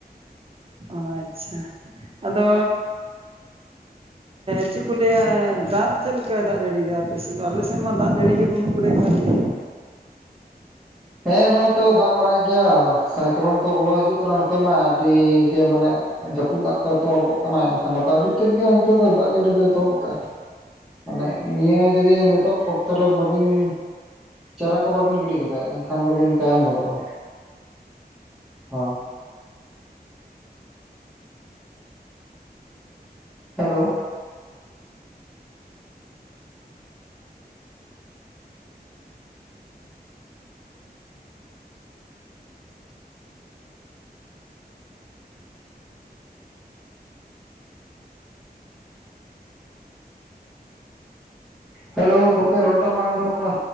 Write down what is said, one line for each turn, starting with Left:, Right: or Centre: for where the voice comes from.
Right: ᱚ ᱟᱪᱪᱷᱟ ᱟᱫᱚ ᱪᱮᱫ ᱠᱚ ᱞᱟᱹᱭᱟ ᱫᱟᱜ ᱪᱮᱫ ᱞᱮᱠᱟᱭ ᱫᱟᱜ ᱡᱟᱹᱲᱤᱭᱮᱫᱟ ᱟᱯᱮᱥᱮᱫ ᱫᱚ ᱟᱞᱮᱥᱮᱫ ᱢᱟ ᱫᱟᱜ ᱡᱟᱹᱲᱤ ᱜᱮ ᱵᱟᱹᱱᱩᱜ ᱟᱠᱟᱫᱟ ᱮᱠᱟᱞ ᱜᱮ
Centre: ᱦᱮᱸ ᱱᱚᱜᱼᱚᱭ ᱛᱚ ᱫᱟᱜ ᱵᱟᱲᱟᱭᱮᱫ ᱜᱮᱭᱟ ᱥᱟᱭᱠᱞᱚᱱ ᱠᱚ ᱵᱚᱞᱚ ᱦᱤᱡᱩᱜ ᱠᱟᱱᱟ ᱱᱚᱛᱮ ᱢᱟ ᱟᱹᱰᱤ ᱜᱮ ᱢᱟᱱᱮ ᱡᱟᱹᱯᱩᱫ ᱫᱟᱜ ᱠᱚ ᱮᱛᱚᱦᱚᱵᱚᱜ ᱠᱟᱱᱟ ᱮᱱᱠᱷᱟᱱ ᱟᱫᱚ ᱟᱹᱰᱤ ᱛᱮᱫ ᱜᱮ ᱚᱱᱛᱮ ᱫᱚ ᱫᱟᱜ ᱡᱟᱹᱲᱤ ᱫᱚ ᱮᱛᱚᱦᱚᱵ ᱟᱠᱟᱜᱼᱟ ᱢᱟᱱᱮ ᱱᱤᱭᱟᱹ ᱡᱩᱫᱤ ᱱᱤᱛᱚᱜ ᱚᱠᱛᱚ ᱨᱮ ᱵᱟᱹᱵᱤᱱ ᱪᱟᱨᱟ ᱠᱚ ᱵᱟᱵᱤᱱ ᱜᱤᱰᱤ ᱜᱚᱫᱟ ᱮᱱᱠᱷᱟᱱ ᱫᱚᱵᱤᱱ ᱛᱟᱭᱚᱢ ᱜᱚᱫᱚᱜᱼᱟ ᱦᱳᱭ ᱦᱮᱞᱳ ᱦᱮᱞᱳ ᱜᱚᱢᱠᱮ ᱨᱚᱲ ᱛᱟᱢ ᱵᱟᱝ ᱟᱸᱡᱚᱢᱚᱜ ᱠᱟᱱᱟ